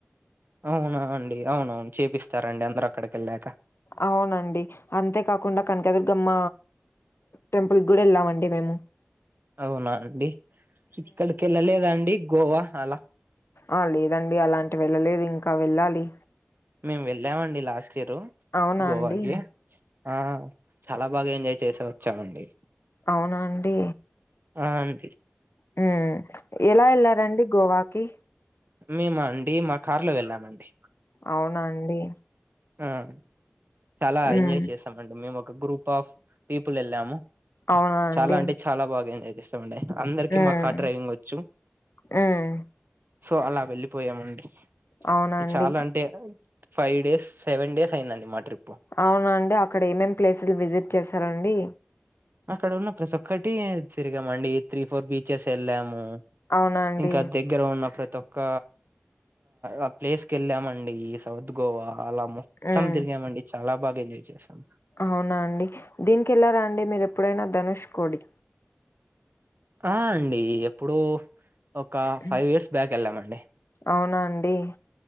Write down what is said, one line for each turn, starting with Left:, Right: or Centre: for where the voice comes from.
Right: అవునా అండి అవునవును చేపిస్తారండి అందరు అక్కడికి వెళ్ళాక
Left: అవునండి అంతేకాకుండా కనకదుర్గమ్మ టెంపుల్ కి కూడా వెళ్ళామండి మేము మ్మ్
Right: అవునా అండి ఇక్కడికి వెళ్ళలేదా అండి గోవా అలా
Left: ఆ లేదండి అలాంటివి వెళ్ళలేదు ఇంకా వెళ్ళాలి
Right: మేము వెళ్ళామండి లాస్ట్ ఇయరు
Left: అవునా
Right: గోవాకి
Left: అండి?
Right: ఆ చాలా బాగా ఎంజాయ్ చేసి వచ్చామండి
Left: అవునా అండి
Right: ఆ అండి
Left: మ్మ్ ఎలా వెళ్లారండి గోవాకి
Right: మేమా అండి మా కార్ లో వెళ్ళామండి
Left: అవునా అండి
Right: మ్మ్ చాలా
Left: హ్మ్.
Right: ఎంజాయ్ చేసామండి మేము ఒక గ్రూప్ ఆఫ్ పీపుల్ వెళ్ళాము.
Left: అవునా అండి?
Right: చాలా అంటే చాలా బాగా ఎంజాయ్ చేసామండి అందరికి
Left: హ్మ్.
Right: మా కార్ డ్రైవింగ్ వచ్చు
Left: హ్మ్.
Right: సో అలా వెళ్ళిపోయామండి
Left: అవునా అండి.
Right: చాలా అంటే ఫైవ్ డేస్, సెవెన్ డేస్ అయిందండి మా ట్రిప్
Left: అవునండి అక్కడ ఏమేం ప్లేసులు విజిట్ చేసారండి
Right: అక్కడ ఉన్న ప్రతి ఒక్కటి తిరిగామండి త్రీ, ఫోర్ బీచెస్ వెళ్ళాము
Left: అవునా అండి.
Right: ఇంకా దగ్గర ఉన్న ప్రతి ఒక్క ఆ ప్లేస్ కెళ్ళామండి ఈ సౌ గోవా అలా మొత్తం
Left: హ్మ్.
Right: తిరిగామండి. చాలా బాగా ఎంజాయ్ చేసాం
Left: అవునా అండి దీనికి వెళ్ళారా అండి మీరు ఎప్పుడైనా ధనుష్ కోటి
Right: ఆ అండి ఎప్పుడో ఒక
Left: హ్మ్.
Right: ఫైవ్ ఇయర్స్ బ్యాక్ వెళ్ళామండి
Left: అవునా అండి.